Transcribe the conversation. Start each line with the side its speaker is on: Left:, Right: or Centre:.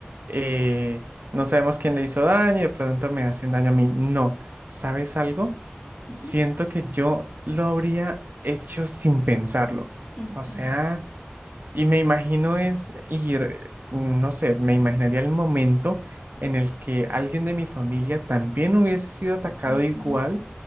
Right: eh, no sabemos quién le hizo daño y de pronto me hacen daño a mí. No, ¿sabes algo?
Left: Ujú,
Right: Siento que yo lo habría hecho sin pensarlo.
Left: ujú,
Right: O sea... Y me imagino es ir, mm, no sé, me imaginaría el momento en el que alguien de mi familia también hubiese sido atacado
Left: ujú,
Right: igual